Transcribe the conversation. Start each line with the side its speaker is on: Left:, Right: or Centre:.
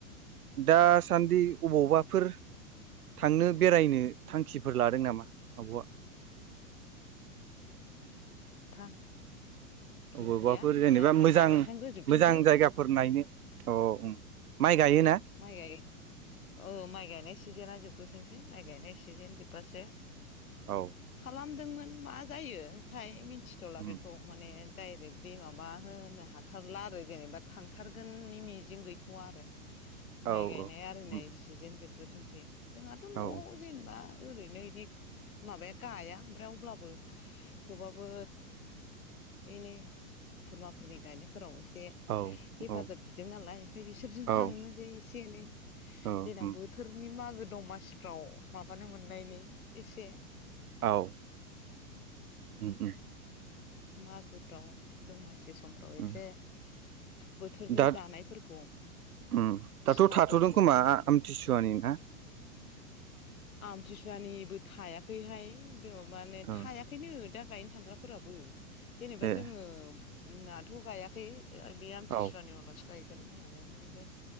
Right: दासान्दि अबाव
Left: उम
Right: बाफोर थांनो बेरायनो थांखिफोर लादों नामा आब'आ?
Left: थां कि
Right: अबावबाफोर
Left: गैया
Right: जेनेबा
Left: दा
Right: मोजां
Left: माइ गायखांग्रो जोबथोंसै
Right: मोजां जायगाफोर नायनो अ माइ गायोना
Left: माइ गाय औ माइ गायनाय सिजोना जोबग्रोथों सै माइ गायनाय सिजोन जोबबासो
Right: औ
Left: खालामदोंमोन मा जायो थाय मिथिथ'ला
Right: उम
Left: बेखौ माने डाइरेक्ट दि माबा होनो हाथारला आरो जेनेबा थांथारगोननि मिजिं गैथ'वा आरो।
Right: औ
Left: माइ गायनाय आरिनाय
Right: उम उम
Left: सिजेन जोबग्रोथोंसै जोंहाथ' न'आव
Right: औ
Left: जेनेबा ओरैनो इदि माबाया गाया ओमफ्राय अब्लाबो थेवबाबो एनै खुरमाफोरनि गायनायफोराव एसे
Right: औ
Left: हेफाजाब
Right: औ
Left: बिदों नालाय ओमफाय बिसोरजों
Right: औ
Left: थांनोसै एस नै
Right: औ
Left: देनां
Right: उम
Left: बोथोरनि मागो दमासिफ्राव माबानो मोननायनि एसे
Right: आव उम उम
Left: मागोफ्राव दमासि समफ्राव एसे
Right: उम
Left: बोथोरनि
Right: दा
Left: जानायफोरखौ
Right: उम दाथ'
Left: सिथावफोरखौ
Right: थाथ'दों खोमा आम थिसुया नि ना?
Left: आमथि सुवानिबो थायाखैहाय बे माबाने
Right: औ
Left: थायाखैनो दा गायनो थांग्राफोराबो जेनेबा
Right: ए
Left: जोंङो नाथ' गायाखै ओ बेयाम आमथिसुवानि
Right: औ
Left: उनावसो गाय गोन होननानै ओमफाप बे